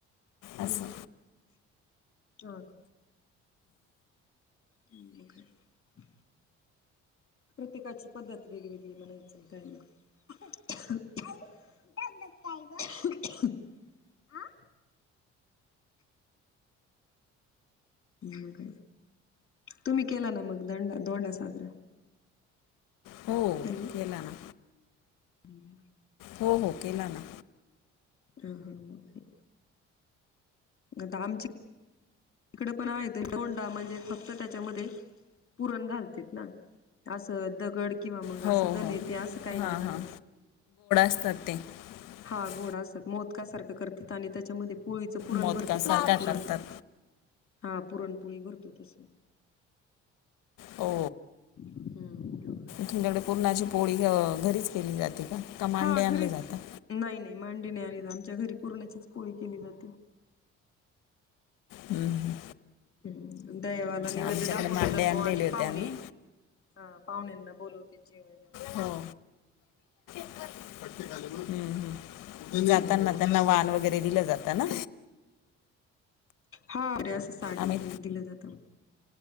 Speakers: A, on the left (about 40°); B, on the left (about 70°).
A: हम्
B: असं
A: ह हा. हम्. प्रत्येकाची पद्धत वेगवेेगळी म्हनायच काहीं लोक काय बघताय ग. आ. मग तुम्ही केला ना मग दंड दोंडा साजरा.
B: हो
A: हॅलो.
B: केला ना
A: हम्. <unintelligible>
B: हो हो केला ना.
A: अ ह. म काय. आता आमची. इकडे पण आहेत. पण तोंडा म्हणजे. फक्त त्याच्यामध्ये पुरण घालतेत ना. असं दगड किंवा मंग
B: हो
A: असं धन
B: हो
A: ते असं काही
B: हां
A: नाही घालत.
B: हां <unintelligible>
A: हा गोड असतात. मोदका सारख करत्यात. आणि त्याच्यामध्ये पोळीच पुरण
B: मोदकासारखा
A: भरतात. आपण पुरण
B: करतात
A: हा पुरणपोळी भरतो तस.
B: हो
A: हम्म
B: तुमच्याकडे पूर्णाची पोळी घरीच केली जाते. का का मांडे
A: हा घरीच
B: आणले जातात
A: नाही-नाही मांडी नाही. आणि आमच्या घरी पुरणाचीच पोळी केली जाते.
B: हम्म.
A: ह दयावाला नैवेद्य
B: आमच्याकडे
A: दाखवला
B: मांडे
A: जातो.
B: आणलेले
A: आणि
B: होते
A: पाहुणी.
B: आम्ही
A: हा पाहुण्यांना बोलवते जेवायला.
B: हो <unintelligible> जाताना
A: हम्म
B: त्यांना वान वगैरे दिलं जात ना.
A: हा अरे असं साडी
B: आम्ही
A: हे दिलं जातं.